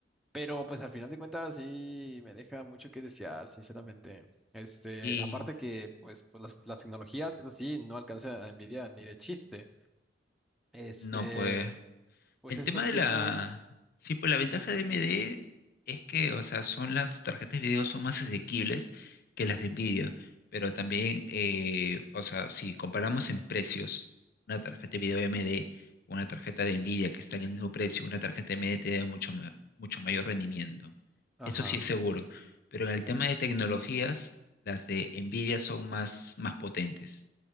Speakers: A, in the centre; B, on the left.
A: Pero pues al final de cuentas sí me deja mucho que desear, sinceramente. Este,
B: Y
A: aparte que pues, pues, las, las tecnologías, eso sí, no alcanza a Nvidia ni de chiste. Este,
B: no, pues.
A: pues
B: El
A: estos
B: tema de
A: tienen...
B: la... Sí, pues la ventaja de AMD es que, o sea, son las tarjetas de video son más asequibles que las de Nvidia, pero también, eh, o sea, si comparamos en precios, una tarjeta de video AMD con una tarjeta de Nvidia que está en el mismo precio, una tarjeta AMD te da mucho, ma- mucho mayor rendimiento.
A: Ajá,
B: Eso sí es seguro, pero
A: sí,
B: en el
A: sí,
B: tema de tecnologías, las de Nvidia son más, más potentes.